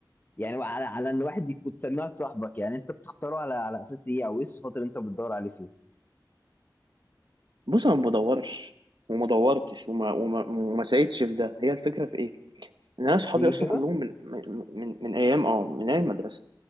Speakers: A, on the left; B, on the right.
A: يعني على على ان واحد يكون تسميه واحد صاحبك يعني انت بتختاره على على اساس ايه او ايه الصفات اللي انت بتدور عليه فيه
B: بص انا ما بدورش وما دورتش وما وما, وما سعيتش في ده هي الفكره في ايه ان انا صحابي
A: تيجي
B: اصلا
A: كده
B: كلهم من من من, من ايام اه من ايام المدرسه